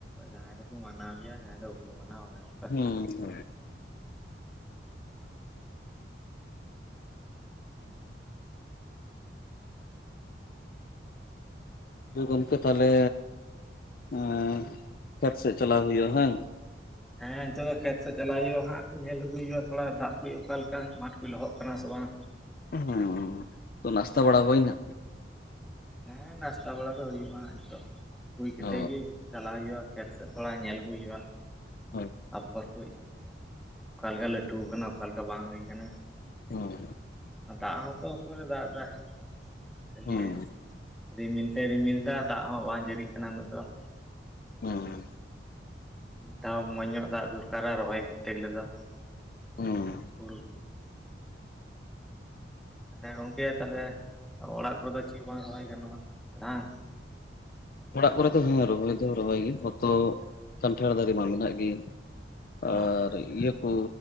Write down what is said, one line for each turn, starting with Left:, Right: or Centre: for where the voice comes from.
Centre: ᱡᱟᱦᱟᱸᱭ ᱫᱚᱠᱚ ᱢᱟᱱᱟᱣ ᱜᱮᱭᱟ ᱡᱟᱦᱟᱸᱭ ᱫᱚ ᱵᱟᱠᱩ ᱢᱟᱱᱟᱣ ᱚᱱᱮ ᱚᱝᱠᱟ᱾
Left: ᱦᱩᱸ <unintelligible> ᱜᱚᱢᱠᱮ ᱛᱟᱦᱚᱞᱮ ᱮᱸ ᱠᱷᱮᱛ ᱥᱮᱡ ᱪᱟᱞᱟᱣ ᱦᱩᱭᱩᱜᱼᱟ ᱦᱟᱝ?
Centre: ᱦᱮᱸ ᱱᱤᱛᱚᱜ ᱫᱚ ᱠᱷᱮᱛ ᱥᱮᱡ ᱪᱟᱞᱟᱜ ᱦᱩᱭᱩᱜᱼᱟ ᱦᱟᱸᱜ, ᱧᱮᱞ ᱟᱹᱜᱩᱭ ᱦᱩᱭᱩᱜᱼᱟ ᱛᱷᱚᱲᱟ ᱫᱟᱜ ᱠᱩᱭ ᱚᱠᱟ ᱞᱮᱠᱟ ᱢᱟᱴᱷ ᱞᱚᱦᱚᱜ ᱠᱟᱱᱟ ᱥᱮ ᱵᱟᱝ?
Left: ᱦᱚᱸᱻ ᱛᱚ ᱱᱟᱥᱛᱟ ᱵᱟᱲᱟ ᱦᱩᱭᱱᱟ?
Centre: ᱦᱮᱸ ᱱᱟᱥᱛᱟ ᱵᱟᱲᱟ ᱫᱚ ᱦᱩᱭᱩᱜᱼᱟ ᱱᱤᱛᱚᱜ, ᱦᱩᱭ ᱠᱟᱛᱮ
Left: ᱚ
Centre: ᱜᱤ ᱪᱟᱞᱟᱣ ᱦᱩᱭᱩᱜᱼᱟ ᱠᱷᱮᱛ ᱥᱮᱡ ᱛᱷᱚᱲᱟ ᱧᱮᱞ ᱟᱹᱜᱩᱭ ᱦᱩᱭᱩᱜᱼᱟ᱾
Left: ᱦᱳᱭ ᱾
Centre: ᱟᱯᱷᱚᱨ ᱠᱚᱡ, ᱚᱠᱟ ᱞᱮᱠᱟ ᱞᱟᱹᱴᱩ ᱟᱠᱟᱱᱟ, ᱚᱠᱟ ᱞᱮᱠᱟ ᱵᱟᱝ, ᱦᱩᱭ ᱟᱠᱟᱱᱟ ᱾
Left: ᱦᱚᱸᱻ ᱾
Centre: ᱫᱟᱜ ᱦᱚᱸᱛᱚ, ᱚᱠᱩᱨᱮ ᱫᱟᱜ ᱮᱫᱟ, ᱠᱷᱟᱹᱞᱤᱥ
Left: ᱦᱮᱸ
Centre: ᱨᱤᱢᱤᱞ ᱛᱮᱭ ᱨᱤᱢᱤᱞ ᱮᱫᱟ, ᱫᱟᱜ ᱦᱚᱸ, ᱵᱟᱝ ᱡᱟᱹᱲᱤᱜ ᱠᱟᱱᱟ, ᱩᱱᱟᱹᱜ ᱫᱚ ᱾
Left: ᱚᱸᱻ ᱾
Centre: ᱛᱟᱣ ᱢᱚᱸᱡᱽ ᱧᱚᱜ, ᱫᱟᱜ ᱫᱚᱨᱠᱟᱨᱼᱟ ᱨᱚᱦᱚᱭ ᱠᱚᱨᱛᱮ, ᱜᱮᱞᱮ ᱫᱚ ᱾
Left: ᱦᱮᱸ
Centre: ᱦᱩᱲᱩ ᱟᱫᱮ ᱜᱚᱝᱠᱮ, ᱛᱟᱦᱟᱞᱮ ᱚᱲᱟᱜ ᱠᱚᱨᱮ ᱫᱚ, ᱪᱮᱫ ᱵᱟᱝ ᱨᱚᱦᱚᱭ ᱜᱟᱱᱚᱜᱼᱟ, ᱵᱟᱝ?
Left: ᱚᱲᱟᱜ ᱠᱚᱨᱮ ᱫᱚ, ᱦᱮᱸ ᱨᱚᱦᱚᱭ ᱫᱚ ᱨᱚᱦᱚᱭ ᱜᱮ, ᱦᱚᱛᱚ ᱠᱟᱱᱴᱷᱟᱲ ᱫᱟᱨᱮ ᱢᱟ, ᱢᱮᱱᱟᱜ ᱜᱮ ᱾ ᱟᱨ
Centre: ᱚ
Left: ᱤᱭᱟᱹ ᱠᱚ,